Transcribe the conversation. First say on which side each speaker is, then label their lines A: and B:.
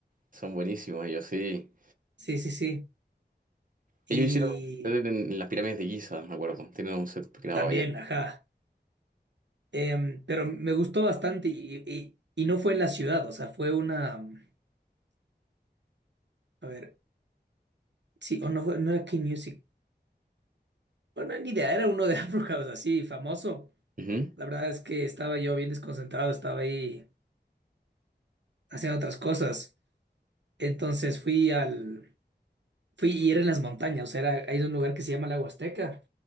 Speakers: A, on the right; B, on the right.
A: son buenísimos ellos, sí.
B: sí, sí, sí. Y
A: Ellos hicieron un set en, en las pirámides de Giza, me acuerdo. Tienen un set grabado
B: También,
A: allá.
B: ajá. Em, pero me gustó bastante y, y- y no fue en la ciudad, o sea, fue una... mm, A ver, sí, o no, fue- no era K-Music. Bueno, ni idea, era uno de <laughs> Afro House así, famoso.
A: Ujú.
B: La verdad es que estaba yo bien desconcentrado, estaba ahí haciendo otras cosas. Entonces fui al... Fui y era en las montañas, o sea, era, hay un lugar que se llama la Huasteca,